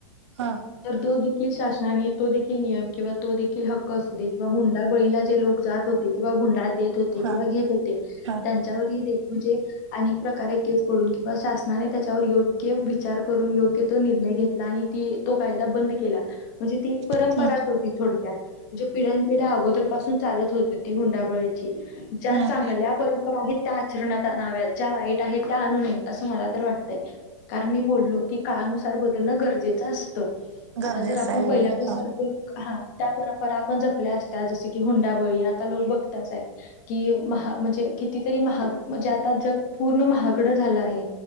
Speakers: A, on the right; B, on the left.
A: हा
B: नाही नाही तो देखील नियम किंवा तो देखील हक्क असू दे किंवा हुंडा बळीला जे लोक जात होते किंवा हुंडात देत होते
A: हा
B: किंवा
A: हा
B: घेत होते
A: हा
B: त्यांच्यावर दे म्हणजे अनेक प्रकारे के ून किंवा शासनाने त्याच्यावर योग्य विचार करून योग्य तो घेतला आणि ती तो कायदा बंद केला म्हणजे ती एक परंपराच
A: हम्म
B: होती थोडक्यात म्हणजे पिढ्यानपिढ्या अगोदर पासून चालत होती ती हुंडाबोळाची ज्या
A: हम्म
B: चांगल्या परंपरा आहेत त्या आचरणात आणाव्यात ज्या वाईट आहेत त्या आणू नयेत असं मला तर वाटतंय कारण मी बोललो की काळानुसार बदलणं गरजेचं असतं
A: गरजेचं
B: आता जर आपण
A: आहे
B: पहिल्यापसारख
A: वेळ हा
B: हा त्या परंपरा आपण जपल्या असत्या जस की हुंडाबळी आता लोक बघतच आहे की महा म्हणजे कितीतरी महाग म्हणजे आता जग पूर्ण महागड झालं आहे